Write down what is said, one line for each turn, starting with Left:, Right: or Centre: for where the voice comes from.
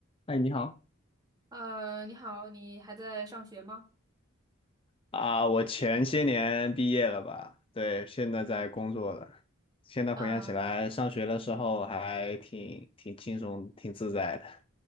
Left: 哎，你好，
Right: 呃，你好，你还在上学吗？
Left: 啊，我前些年毕业了吧？对，现在在工作了。现在回想起来，
Right: 啊，
Left: 上学的时候还挺挺轻松、挺自在的。